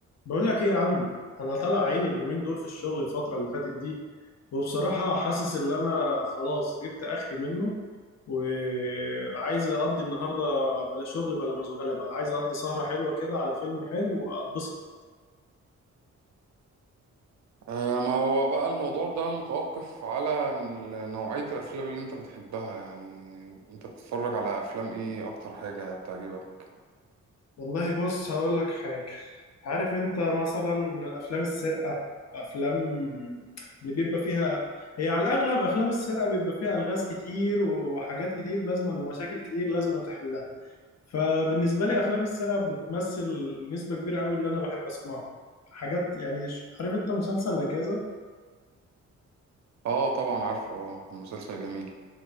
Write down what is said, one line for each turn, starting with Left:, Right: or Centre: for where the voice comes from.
Left: بقول لك ايه يا عم انا طالع عيني اليومين دول في الشغل الفتره اللي فاتت دي وبصراحه حاسس ان انا خلاص جبت اخري منه وعايز اقضي النهارده بلا شغل بلا مشغله بقى عايز اقضي سهره حلوه كده على فيلم حلو واتبسط
Right: آه، ما هو بقى الموضوع ده متوقف على ال- نوعية الأفلام اللي أنت بتحبها يعني أنت بتتفرج على أفلام إيه أكتر حاجة بتعجبك؟
Left: والله بص هقول لك حاجة عارف انت مثلا افلام السرقة افلام اللي بيبقى فيها هي على الاغلب افلام السرقة بيبقى فيها الغاز كتير وحاجات كتير لازما ومشاكل كتير لازما فبالنسبة لي أفلام السرقة بتمثل نسبة كبيرة قوي اللي أنا بحب أسمعه حاجات يعني ش- عارف أنت مسلسل لكذا
Right: آه طبعا عارفه آه كان مسلسل جميل